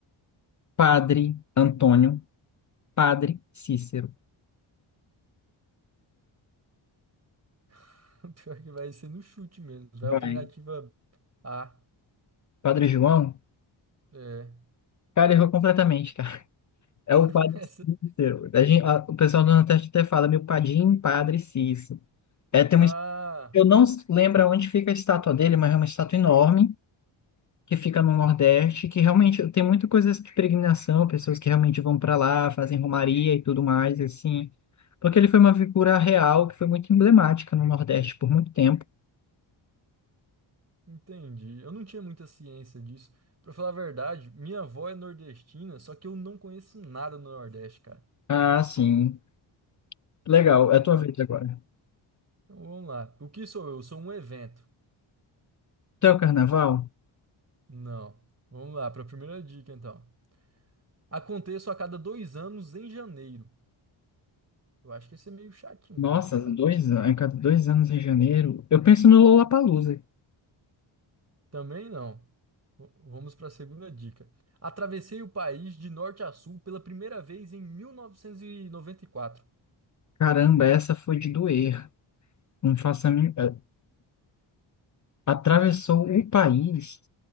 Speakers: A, on the left; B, on the right.
A: Padre Antônio, Padre Cícero.
B: <laughs> Pior que vai ser no chute mesmo. Vai
A: Vai.
B: alternativa A.
A: Padre João?
B: É.
A: Cara, errou completamente, cara. É o
B: <laughs>
A: Padre
B: Essa-
A: Cícero. A gente, a- o pessoal do Nordeste até fala, meu padim, Padre Cícero. É, tem
B: Ah,
A: um, eu não lembro onde fica a estátua dele, mas é uma estátua enorme. que fica no Nordeste, que realmente tem muita coisa de peregrinação, pessoas que realmente vão para lá, fazem romaria e tudo mais, assim. Porque ele foi uma figura real que foi muito emblemática no Nordeste por muito tempo.
B: entendi. Eu não tinha muita ciência disso. Pra falar a verdade, minha avó é nordestina, só que eu não conheço nada no Nordeste, cara.
A: Ah, sim. Legal, é
B: Minha-
A: a tua vez agora.
B: Então vamos lá. O que sou eu? Eu sou um evento.
A: Até o carnaval?
B: Não. Vamos lá, pra primeira dica então. Aconteço a cada dois anos em janeiro. Eu acho que esse é meio chatinho,
A: Nossa,
B: complicado.
A: dois, an- a cada dois anos em janeiro. Eu penso no Lollapalooza.
B: Também não. V- Vamos pra segunda dica. Atravessei o país de norte a sul pela primeira vez em 1994.
A: Caramba, essa foi de doer. Não faço a mim- eh, Atravessou o país.